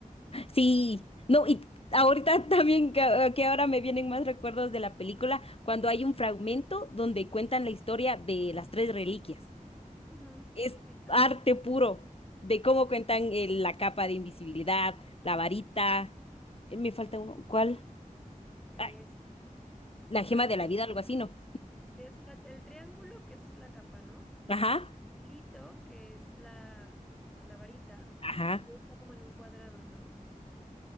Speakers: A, on the left; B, in the centre.
A: Sí, no, y ahorita <laughs> también que, que ahora me vienen más recuerdos de la película, cuando hay un fragmento donde cuentan la historia de las tres reliquias.
B: Ujú,
A: Es
B: sí, también.
A: arte puro de cómo
B: Sí.
A: cuentan eh, la capa de invisibilidad, la varita. eh, me falta uno, ¿cuál?
B: Es,
A: Ay, la gema
B: a ver,
A: de la vida, algo así, ¿no?
B: es, es la- el triángulo que es la capa, ¿no?
A: Ajá,
B: Lito, que es la, pues la varita,
A: ajá.
B: y luego está como en un cuadrado, ¿no?